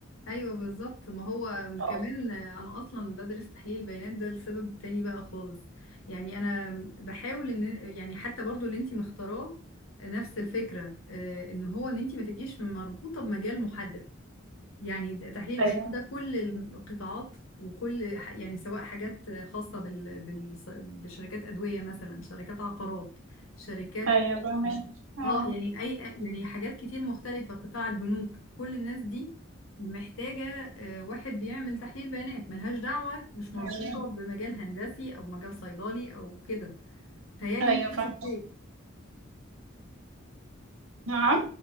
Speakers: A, on the left; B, on the right.
A: ايوه بالظبط ما هو
B: اه
A: كمان انا اصلا بدرس تحليل بيانات ده لسبب تاني بقى خالص يعني انا بحاول ان يعني حتى برضو اللي انتي مختاراه نفس الفكره آه، ان هو ان انتي ما تبقيش مربوطه بمجال محدد يعني د- تحليل البيانات
B: ايوه
A: ده كل القطاعات وكل ح- يعني سواء حاجات خاصة بال... بال... بشركات أدوية مثلا شركات عقارات شركات
B: ايوه فاهمه اه
A: اه يعني أي يعني حاجات كتير مختلفة قطاع البنوك كل الناس دي محتاجة آه، واحد بيعمل تحليل بيانات ملهاش دعوة مش مربوطة
B: ايوه
A: بمجال هندسي أو مجال صيدلي أو كده بتهيألي
B: ايوه
A: انت
B: فاهمه
A: نفس الشيء
B: نعم